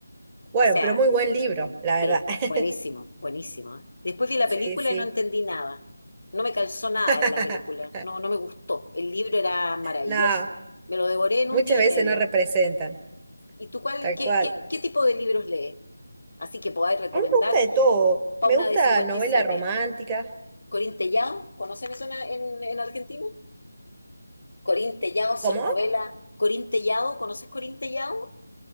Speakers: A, on the right; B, on the left.
A: Bueno,
B: O sea,
A: pero muy buen libro, la verdad.
B: sí,
A: <laughs>
B: buenísimo, buenísimo. ¿eh? Después vi la
A: Sí,
B: película
A: sí.
B: y no entendí nada. No me calzó nada
A: <laughs>
B: en la película. No, no me gustó. El libro era maravilloso.
A: No,
B: Me lo devoré en
A: muchas
B: un día
A: veces
B: y medio.
A: no representan,
B: ¿Y tú cuál,
A: tal
B: qué,
A: cual.
B: qué, qué tipo de libros lees? Así que podáis recomendar
A: A mí me gusta de todo,
B: para
A: me
B: una
A: gusta
B: de 57.
A: novela romántica.
B: Corín Tellado, ¿conocen eso en, en en Argentina? Corín Tellado son
A: ¿Cómo?
B: novelas. Corín Tellado, ¿conoces Corín Tellado?